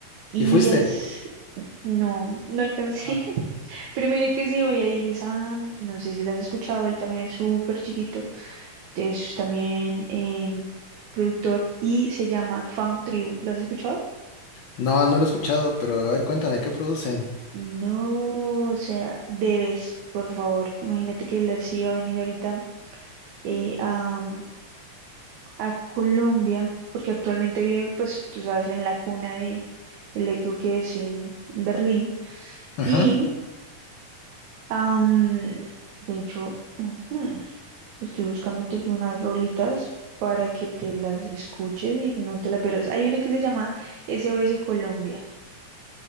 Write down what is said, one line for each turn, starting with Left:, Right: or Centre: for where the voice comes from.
Right: Y
Left: ¿Y fuiste?
Right: es, no, no alcancé,
Left: Ah.
Right: <laughs> pero mire que sí voy a ir, es a, no sé si lo has escuchado, él también es súper chiquito, es también em, productor y se llama Funk Tribu, ¿lo has escuchado?
Left: No, no lo he escuchado, pero a ver, cuéntame, ¿qué producen?
Right: No, o sea, debes, por favor. Imagínate que él sí va a venir ahorita eh, a a Colombia, porque actualmente vive, pues tú sabes, en la cuna de el eco que es en, en Berlín.
Left: Ajá.
Right: Y, am, de hecho, ujú, estoy buscándote aquí unas rolitas para que te las escuches y no te la pierdas. Hay una que se llama SOS Colombia,